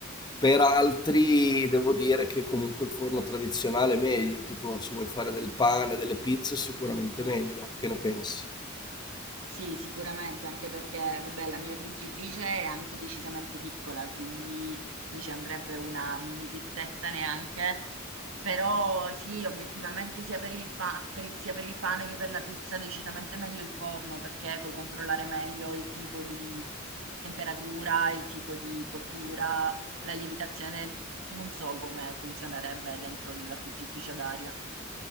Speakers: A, on the left; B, on the right.
A: per altri devo dire che comunque il forno tradizionale è meglio, tipo se vuoi fare del pane, delle pizze, sicuramente
B: Mm, mm.
A: meglio. Che ne pensi?
B: Sì, sicuramente, anche perché, vabbè, la mia friggitrice è anche decisamente piccola, quindi mi ci andrebbe una mini pizzetta neanche. Però sì, obiettivamente sia per il fa- per il- sia per il pane che per la pizza decisamente meglio il forno, perché puoi controllare meglio il tipo di temperatura, il tipo di cottura, la lievitazione, non so come funzionerebbe dentro la friggitrice ad aria.